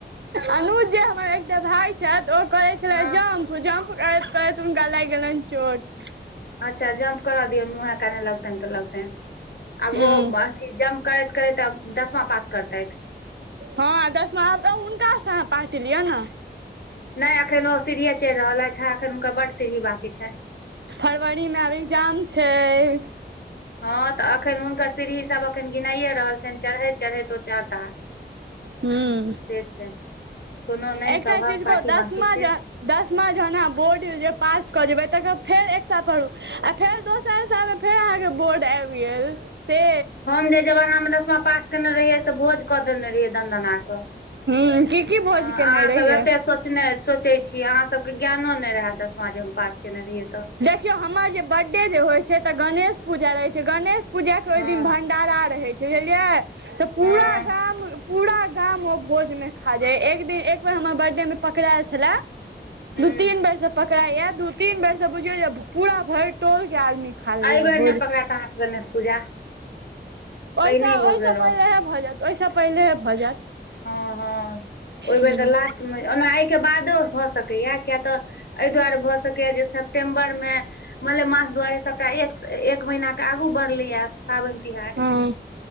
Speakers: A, on the right; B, on the left.
A: अनुज जे हमर एकटा भााय छथि ओ करै छलय
B: हँ
A: जम्प ओ जम्प करैत करैत हुनका लागि गेलनि चोट
B: अच्छ जम्प करऽ दियौ मुँहे कान मे लगतेन तऽ लगतेन आब
A: हूँ
B: ओ अथी जम्प करैत करैत आब दसमा पास करतैथ
A: हँ दसमा आब त हुनका सँ अहाँ पार्टी लियऽ ने
B: नय अखन ओ सीढ़ीये चढ़ि रहलथि हें एखन हुनका बड सीढ़ी बांकी छैन्ह
A: फरवरी मे आब एग्जाम छैय
B: हँ तऽ एखन हुनकर सीरही सभ एखन गिनाइये रहल छन्हि चरहैत चरहैत ओ चढ़ता
A: हूँ
B: से छैय कोनो नय
A: एकटा
B: सबहक
A: चीज कहू
B: पाटी
A: दसमा
B: बांकी छैय
A: ज दसमा जहन अहाँ बोर्ड मे जे पास कऽ जेबै तकर फेर एक साल पढ आ फेर दोसर साल मे फेर अहाँके बोर्ड आइब गेल से
B: हम जै जवाना मे दसमा पास केने रहियै से भोज कऽ देने रहियै दनदना कऽ
A: <inaudible>
B: ह अहाँ
A: रहियै
B: सभ एते सोचने सोचै छियै अहाँ सभके ज्ञानो नय रहय दसमा जे हम पास केने रहियै तऽ
A: देखियौ हमर जे बर्डे जे होइ छैय तऽ गणेश पूजा रहै छैय गणेश पूजाके ओह
B: हँ
A: दिन भण डारा रहय छैय बुझलियै तऽ पूरा
B: हँ
A: गाम पूरा गाम ओ भोज मे खा जाय एक दिन एक बेर हमर बर्डे मे पकड़ायल छलय
B: हूँ
A: दू तीन बेर से पकड़ाय ये दू तीन बेरसँ बुझियौ जे पूरा भेर टोलके आदमी खा लैए
B: अहिबेर
A: भोज
B: नय पकड़ायत अहाँके गणेश पूजा
A: ओहिसँ
B: पहिने
A: ओह
B: भऽ गेल
A: सँ
B: रहत
A: पहिले हे भऽ जायत ओह सँ पहिले भऽ जायत
B: हँ हँ ओहि बेर
A: हँ
B: तऽ लास्टमे ओना एहि के बादो भऽ सकैये किये तऽ एहि दुआरे भए सक ह जे सेप्टेम्बर में मले मास दुआरे सब एक महिना के आगू बढ़लैए पाबैन तिहार
A: हूँ